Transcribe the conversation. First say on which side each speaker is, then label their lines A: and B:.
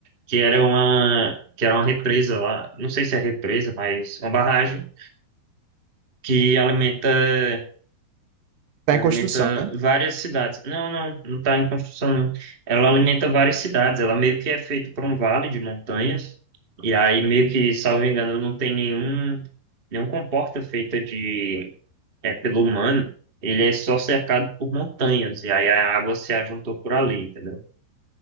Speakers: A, on the right; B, on the right.
A: que era uma, que era uma represa lá, não sei se é represa, mas uma barragem que alimenta,
B: Tá
A: que alimenta
B: em construção, né?
A: várias cidades. Não, não, não está em construção, não. Ela alimenta várias cidades, ela meio que é feita por um vale de montanhas, e aí meio que, salvo engano, não tem nenhum, nenhum comporta feita de é, pelo humano, ele é só cercado por montanhas, e aí a água se ajuntou por ali, entendeu?